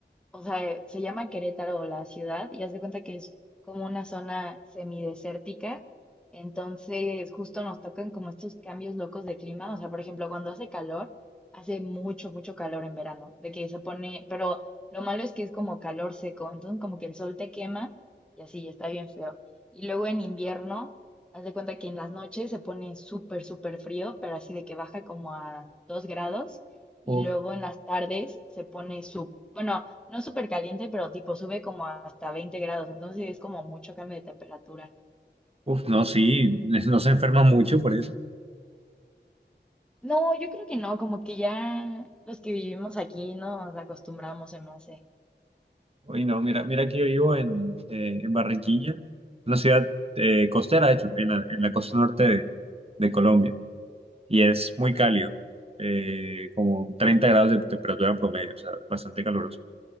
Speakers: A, in the centre; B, on the right.
A: o sea, se llama Querétaro la ciudad y haz de cuenta que es como una zona semidesértica. Entonces, justo nos tocan como estos cambios locos de clima. O sea, por ejemplo, cuando hace calor, hace mucho, mucho calor en verano, de que se pone, pero lo malo es que es como calor seco, entonces como que el sol te quema y así, está bien feo. Y luego en invierno, haz de cuenta que en las noches se pone súper, súper frío, pero así de que baja como a 2 grados. Y
B: Uf,
A: luego en las tardes se pone su, bueno, no súper caliente, pero tipo sube como hasta 20 grados, entonces sí es como mucho cambio de temperatura.
B: uf, no, sí, <laughs> no se enferma mucho por eso.
A: No, yo creo que no, como que ya los que vivimos aquí nos acostumbramos, se me hace.
B: Oye no, mira, mira que yo vivo en, eh, en Barranquilla, Una ciudad eh, costera, de hecho, en la, en la costa norte de, de Colombia, y es muy cálido, eh, como 30 grados de temperatura promedio, o sea, bastante caluroso,